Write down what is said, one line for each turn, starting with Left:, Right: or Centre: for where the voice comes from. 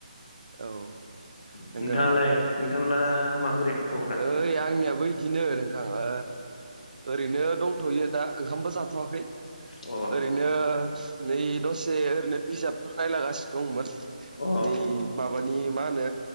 Right: औ।
Left: नोंथाङालाय
Right: नंगौ नामा
Left: नोंथांना माबोरै खबरा
Right: ओइ आंनिया बै बिदिनो नोंथा ओ ओरैनो दंथ'यो दा ओंखामबो जाथ'वाखै
Left: अ
Right: ओरैनो नै दसे ओरैनो बिजाबफोर नायलागासिनो दंमोन
Left: अ
Right: नै माबानि मा होनो